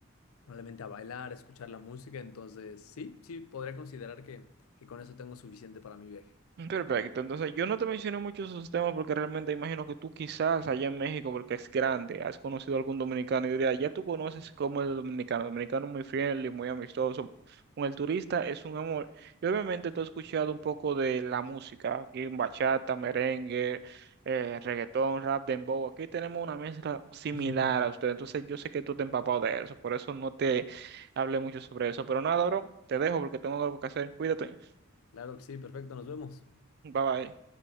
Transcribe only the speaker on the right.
Perfecto, entonces yo no te mencioné mucho esos temas porque realmente imagino que tú quizás allá en México, porque es grande, has conocido algún dominicano y diría, ya tú conoces cómo es el dominicano, dominicano muy friendly, muy amistoso, con el turista es un amor. Y obviamente tú has escuchado un poco de la música, aquí en bachata, merengue, eh, reggaetón, rap, dembow, aquí tenemos una mezcla similar
a usted, entonces yo sé que tú te has empapado de eso, por eso no te hablé mucho sobre eso, pero nada, bro, te dejo porque tengo algo que hacer, cuídate,
bye bye.